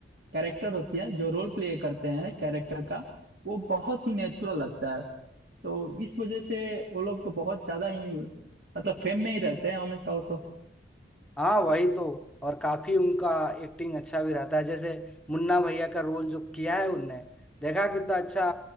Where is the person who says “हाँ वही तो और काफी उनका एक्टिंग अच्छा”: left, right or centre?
Centre